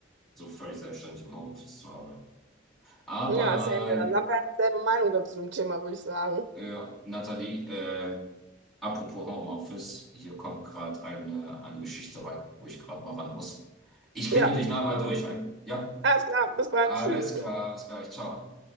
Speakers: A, in the centre; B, on the right (about 75°).
A: so völlig selbstständig im Homeoffice zu arbeiten. Aber
B: Ja, same. ja. Dann haben wir halt dieselbe Meinung dazu dem Thema, würde ich sagen.
A: ja, Nathalie, äh, apropos Homeoffice, hier kommt gerade eine, eine Geschichte rein, wo ich gerade mal ran muss. Ich klingel
B: Ja,
A: dich nachher durch, ein. Ja,
B: alles klar. Bis bald.
A: alles
B: Tschüss.
A: klar, bis gleich, ciao.